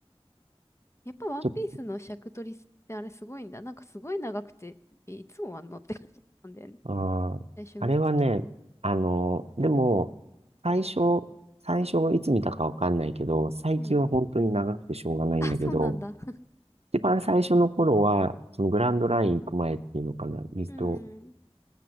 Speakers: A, on the left; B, on the right.
A: やっぱワンピースの尺取りってあれすごいんだ。
B: ちょっ
A: なんかすごい長くて、えいつ終わんのって感じだったんだよね。
B: と、あー、
A: 最初見たとき。
B: あれはね、あの、でも、最初、最初はいつ見たかわかんないけど、最近は本当に長くてしょうがないんだけど、
A: うん。あ、そうなんだ。
B: 一番最初の頃は、そのグランドライン行く前っていうのかな、ミスト、
A: うん。